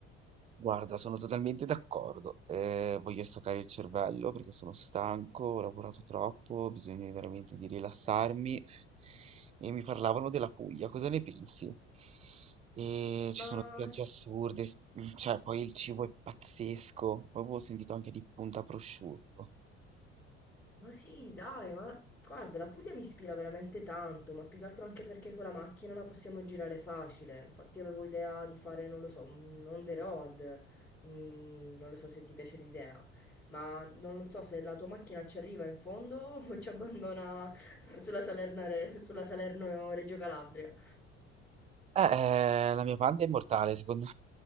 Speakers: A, on the right; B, in the centre.
A: Guarda, sono totalmente d'accordo. Eh, voglio staccare il cervello perché sono stanco, ho lavorato troppo, ho bisogno veramente di rilassarmi. E mi parlavano della Puglia, cosa ne pensi? E ci
B: Ma
A: sono spiagge
B: sì,
A: assurde, s- mm, cioè poi il cibo è pazzesco. Poi avevo sentito anche di Punta Prosciutto.
B: Ma sì, dai, ma guarda, la Puglia mi ispira veramente tanto, ma più che altro anche perché con la macchina la possiamo girare facile. Infatti avevo idea di fare, non lo so, un on the road, mm, non lo so se ti piace l'idea, ma non so se la tua macchina ci arriva in fondo <laughs> o ci abbandona <laughs> sulla Salernare- sulla Salerno-Reggio Calabria.
A: Eh, eh, la mia panda è immortale, secondo